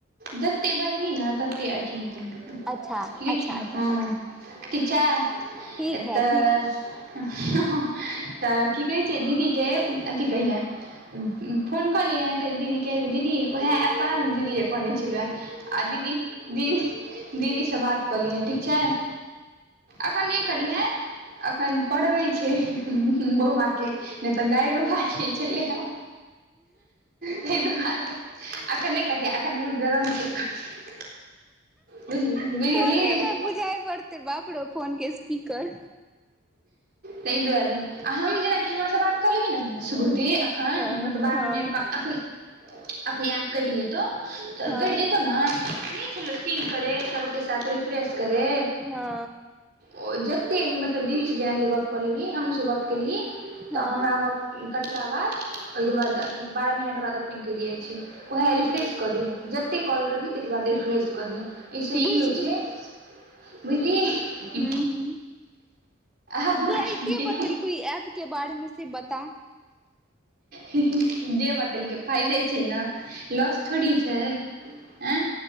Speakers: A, on the right; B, in the centre.
A: जतै बाजबीहि नए तते अथी हेतो,
B: अच्छा
A: लिखना
B: अच्छा अच्छा
A: हां। ठीक छै,
B: ठीक
A: एतह
B: है ठीक
A: हॅ--हॅ, तऽ की कहै छै दीदी के अथि कैहियै। उ-हू फोन कलिहें दीदी के दीदी उहे एपपन दीदी दीदीए कहने तलैया, आ दीदी दीन दीदी सॅ बात कलिहैन ठीक छैय। अखन नैय करीहैं। अखन पढ़बे छै बौआ के, नैय तऽ गाइरो मारि के छलैयहै, तैय दुआरे अखन नैय करिहै, अख मुड गरम छैय एखन। बुझ- बुझगेलही
B: फोने पर
A: <unintelligible> <unintelligible>
B: बुझाइ पड़तै बाप रौ फोन के स्पीकर
A: तैय दुआरे, आ हम जेनाकि हमरा स बात कऽ लेबहीन सुग्रुति। एखन
B: हँ
A: मत बारह
B: हँ
A: मिनट का अपने, अपनेआप कैट जेतौउ, त
B: हँ
A: कैट जेतौ ने। नान, नैय छेलौ सींक करै सबके साथ रिफ्रेश करै
B: ना।
A: ओ जतै मतलब दीदी सँ जेनाकि गप्प कऽ लेबही, हमरो स गप्प केलहि
B: हँ
A: तऽ हमरा गप्प इ कटला बाद ओय के बाद अथी बारह मिनट बाद अपने कैट जाय छै, वएह रिफ्रेश कऽ दिहैन, जते कॉल करबी तहिके बाद रिफ्रेेश कऽ दिहैन। एहि सँ
B: बुझि
A: ई होय
B: गेलियै
A: छै, बुझलिही।
B: हूं हूं
A: आब मारके
B: तोरा ई के बतेलकौ ई ऐप के बारे मे से बता।
A: ही-ही, जे बतेलकै फायदे छै न, लाॅस थोड़ी छै, आँए